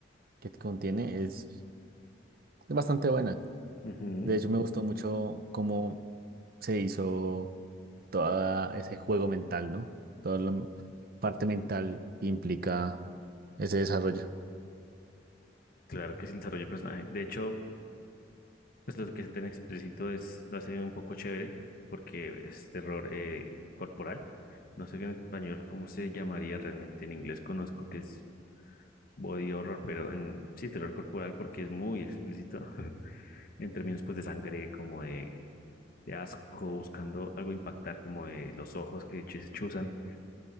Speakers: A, on the right; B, on the left.
A: que contiene es, es bastante buena.
B: Ujú,
A: De hecho, me gustó mucho cómo se hizo todo ese juego mental, ¿no? Toda la m- parte mental que implica ese desarrollo.
B: Claro que es el desarrollo de personaje. De hecho, pues lo que es tan explícito es, lo hace un poco chévere, porque es terror eh, corporal. No sé en español cómo se llamaría realmente, en inglés conozco que es body horror, pero en sí, terror corporal porque es muy explícito <laughs> en términos pues de sangre, como de de asco, buscando algo impactar como de los ojos que chu- se chuzan,